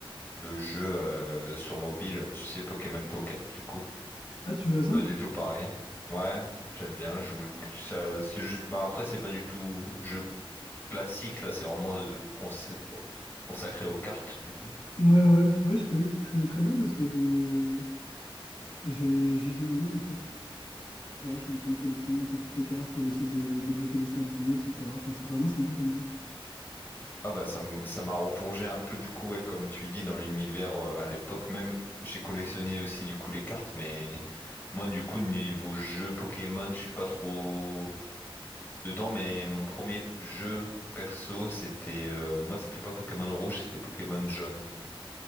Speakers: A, on the left (about 20°); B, on the left (about 70°).
A: le jeu euh, sur mobile, tu sais, Pokémon Pocket, du coup.
B: Ah tu joues à ça?
A: Pas du tout pareil. Ouais, j'aime bien. Je... vous- Ça, c'est juste... bah, après, c'est pas du tout jeu classique, là, c'est vraiment euh, cons- consacré aux cartes, du coup.
B: Ouais ouais ouais je connais je connais très bien parce que j'ai euh, j'ai- j'y joue moi-même en fait. Genre là, je suis en train de collectionner un peu toutes les cartes, j'essaie de débloquer des sabliers, etc. Enfin, c'est vraiment sympa comme jeu.
A: Ah bah ça m- ça m'a replongé un peu du coup ouais, comme tu le dis dans l'univers euh, à l'époque même j'ai collectionné aussi du coup les cartes mais moi du coup niveau jeu Pokémon je suis pas trop dedans mais mon premier jeu perso c'était euh, moi c'était pas Pokémon rouge c'était Pokémon jaune